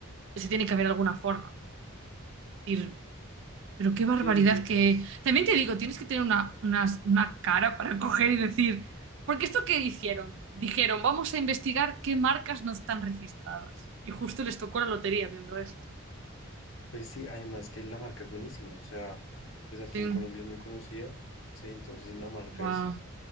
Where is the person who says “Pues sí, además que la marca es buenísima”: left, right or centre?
Left